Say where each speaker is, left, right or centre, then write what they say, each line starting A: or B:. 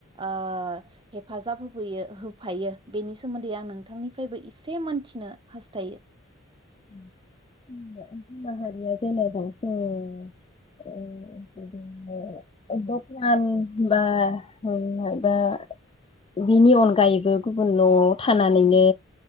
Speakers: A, on the right; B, on the left.
A: आह हेफाजाब होबोयो होबो फायो बेनि सोमोन्दै आं नोंथांनि इसे मोनथिनो हास्थायो।
B: <unintelligible> गायैबो गुबुन न' थानानैनो